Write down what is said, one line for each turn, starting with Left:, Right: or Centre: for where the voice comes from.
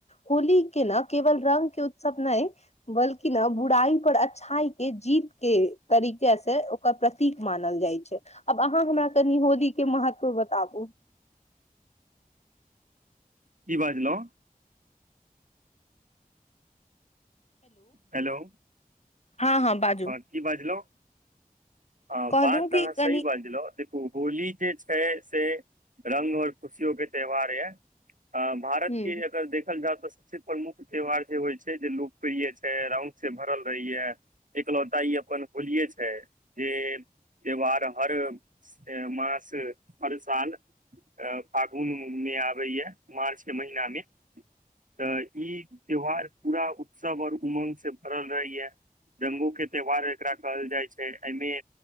Left: होली के न केवल रङंग के उत्सव नहि बल्कि ने बुराइ पर अच्छाई के जीत के तरीके से ओकर प्रतीक मानल अहाँ हम कनि होलीे महत्व बताब
Right: <unintelligible> की बाजलहु हेलो
Left: हँ बाजू
Right: हँ की बाजलहु हँ
Left: कहलहु
Right: बातऽ
Left: कि
Right: अहाँ सही
Left: कनि
Right: बाजहु होली जे छै से रंग और खुशियो के त्यौहार ये अ भारत
Left: हूँ
Right: के अगर देखल जाउ तऽ सबसे प्रमुख त्योहार जे होइ छै जे लोकप्रिय छै रंग से भरल रहेय य एकलौता यै अपन होलिये छै जे त्यौहार हर मास हर साल अ फागुन मे आबैए यह मार्चके महिना मे तऽ ई त्यौहार पूरा उत्सव और उम्ंग से भरल रहे ये रंगो के त्यौहार एकरा कहल जाय छै एहिमे